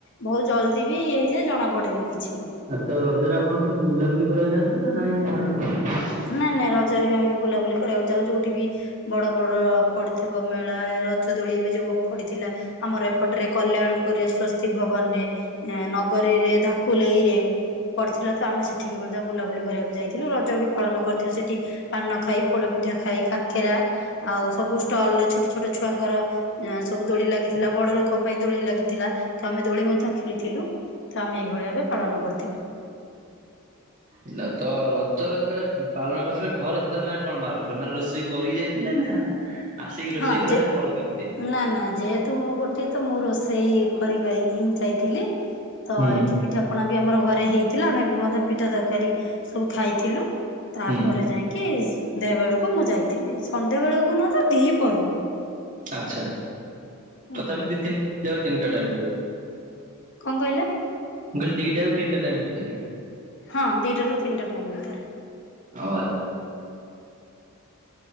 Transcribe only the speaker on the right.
ଆଉ ତ ରଜରେ ଆପଣ କୁଆଡେ ବୁଲାବୁଲି କରିଆକୁ ଯାଆନ୍ତି ନା ନାଇଁ ଘରେ। ଆଚ୍ଛା
ହେଲା ତ ରଜର ଯେତେବେଳେ ପାଳନ କରିଥିଲେ ଘରେ ସେତେବେଳେ ମାନେ କଣ ବାହାରୁଥିଲେ ମାନେ ରୋଷେଇ କରିକି ଯାଇଥିଲେ ନା ଆସିକି ରୋଷେଇ
କଲେ
ନା ଫଳ କେମିତି?
ହୁଁ
ହୁଁ
ଆଛା
ତଥାପି ଦିନ୍ ଯ ତିନଟା ଟାଇମରେ।
ମୁଁ କହଲି ଦିଟା ଆଉ ତିନିଟା ଟାଇମ ଭିତରେ।
ଓ